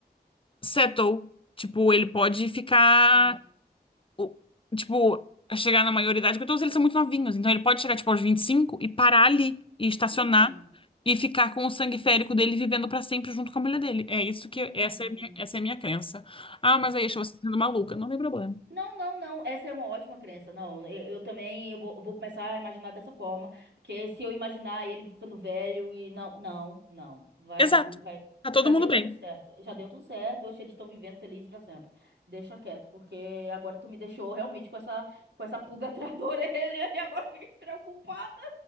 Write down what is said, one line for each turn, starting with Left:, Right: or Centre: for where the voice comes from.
Left: settle. Tipo, ele pode ficar,
Right: hum,
Left: o- tipo, chegar na maioridade, porque todos eles são muito novinhos. Então ele pode chegar, tipo, aos 25 e cinco e parar ali, e estacionar,
Right: hum,
Left: e ficar com o sangue férico dele vivendo pra sempre junto com a mulher dele. É isso que,
Right: hum.
Left: essa é a minha, essa é a minha crença. Ah, mas aí, acho você tá sendo maluca. Não tem problema.
Right: Não, não, não. Essa é uma ótima crença. Não, eu, eu também eu vou, vou começar a imaginar dessa forma, porque se eu imaginar ele ficando velho e não, não, não, vai,
Left: Exato.
Right: de- vai.
Left: Tá todo
Right: Já
Left: mundo
Right: deu
Left: bem.
Right: tudo certo. Já deu tudo certo. Hoje eles estão vivendo felizes pra sempre. Deixa quieto, porque agora tu me deixou realmente com essa com essa pulga <laughs> atrás da orelha e agora eu fiquei preocupado.